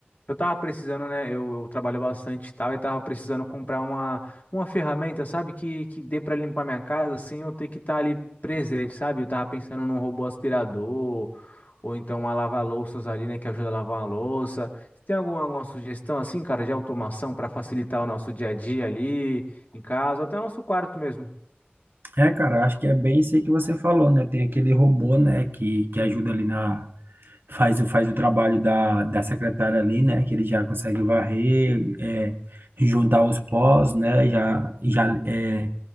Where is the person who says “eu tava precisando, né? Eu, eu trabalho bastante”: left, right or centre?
Left